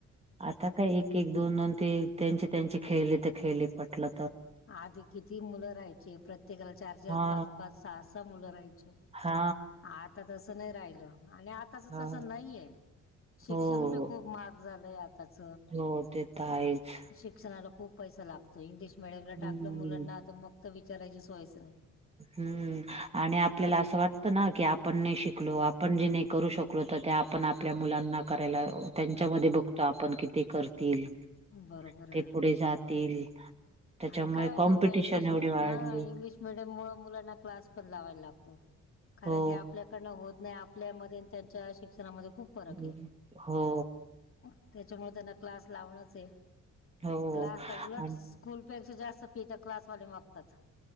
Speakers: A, on the right; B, on the left.
A: आता काय एक एक, दोन दोन ते- त्यांची त्यांची खेळली तर खेळली पटल.
B: आधी किती मुलं राहायचे, प्रत्येकाला चार चार,
A: हा
B: पाच पाच, सहा सहा मुलं राहायचे.
A: हा.
B: आता तसं नाही राहिलं आणि आताच
A: हा
B: तसं नाहीय, शिक्षण
A: हो
B: बी खूप माहाग झालाय आताच,
A: हो ते तर आहेच.
B: शिक्षणाला खूप पैसा लाग तो इंग्लिश मीडियमला
A: हम्म.
B: टाकलं मुलांना त मग तर विचाराची सोयचं नाही.
A: हम्म आणि आपल्याला असं वाटतं न की आपण नाही शिकलो आपण जे नाही करू शकलो तर त्या आपण आपल्या मुलांना करायला त्यांच्यामध्ये
B: बर
A: बघतो आपण की ते करतील.
B: बरोबर आहे
A: ते
B: ना
A: पुढे जातील. त्याच्यामुळे
B: आणि काय होतं
A: कॉम्पिटिशन
B: म इंग्लिश
A: एवढी वाढली
B: हा इंग्लिश मिडियम मुळ मुलांना क्लास पण लावायला लागतो. कारण
A: हो
B: की आपल्याकडनं होत नाही आपल्यामध्ये त्यांच्या शिक्षणामध्ये खूप फरक
A: हम्म,
B: आहे
A: हो.
B: <unintelligible> त्याच्यामुळे त्यांना क्लास लावणच आहे,
A: हो
B: क्लास उलट,
A: आणि
B: स्कूलपेक्षा जास्त फी त क्लासवाले मागतात.